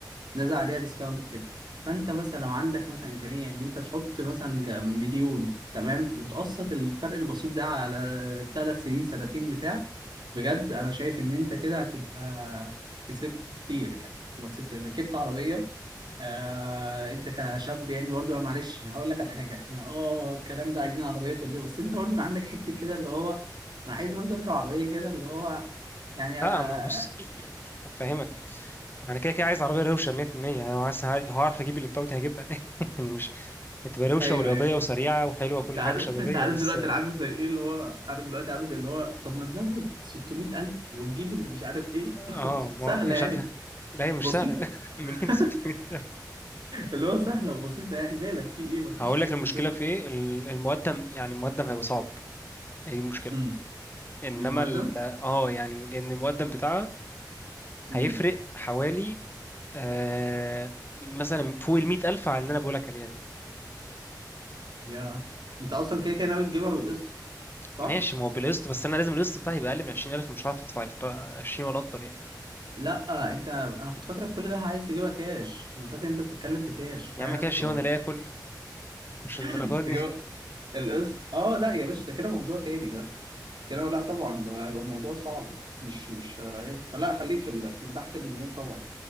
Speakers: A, on the right; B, on the left.
A: نازل عليها ديسكاونت كده فانت مثلا لو عندك مثلا امكانيه ان انت تحط مثلا جا- مليون تمام وتقسط الفرق البسيط ده على ثلاث سنين سنتين بتاع بجد انا شايف ان انت كده هتبقى كسبت كتير يعني تبقى كسبت ركبت عربيه آه انت كشاب يعني برضه معلش هقول لك على حاجه احنا اه الكلام ده عايزين عربيه توديه بس انت برضه بيبقى عندك حته كده اللي هو انا عايز برضه اركب عربيه كده اللي هو يعني
B: لا
A: آه
B: ما هو بص فاهمك ما انا كده كده عايز عربيه روشه 100% يعني لو عايز لو هعرف اجيب الامباو دي هجيبها <laughs> يعني مش هتبقى روشه
A: ايوه
B: ورياضيه
A: ايوه
B: وسريعه وحلوه وكل
A: انت عارف
B: حاجه شبابيه
A: <laughs> انت عارف
B: بس
A: دلوقتي انا عامل زي ايه اللي هو انا دلوقتي عامل زي اللي هو طب ما تزود 600000 وتجيب اللي مش عارف ايه <laughs>
B: اه
A: سهله
B: ما يعني مش
A: يعني
B: عارف لا هي مش
A: بسيطه
B: سهله <laughs> منين ال
A: <laughs>
B: 600 ده
A: اللي هو سهله وبسيطه يعني مالك في ايه مفيش
B: هقول
A: حاجه
B: لك
A: في
B: المشكله
A: الدنيا
B: في ايه ال- المقدم يعني المقدم هيبقى صعب هي دي المشكله
A: امم
B: انما
A: للمقدم
B: ال... اه يعني لان المقدم بتاعها
A: امم
B: هيفرق حوالي آه مثلا فوق ال 100000 على اللي انا بقول لك عليها دي
A: يا انت اصلا كده كده ناوي تجيبها بالقسط صح
B: ماشي ما هو بالقسط بس انا لازم القسط بتاعي يبقى اقل من 20000 مش هعرف ادفع ال 20 ولا اكتر يعني
A: لا انت انا كنت فاكرك كل ده عايز تجيبها كاش انا فاكر انت بتتكلم في كاش فاهم
B: يا عم كده
A: ف
B: شيء وانا لا اكل مش
A: <laughs>
B: الدرجات
A: تجيبها
B: دي
A: القسط اه لا يا باشا ده كده موضوع تاني ده كده لا طبعا ده هيبقى الموضوع صعب مش مش هيبقى فلا خليك في اللي, في اللي تحت المليون طبعا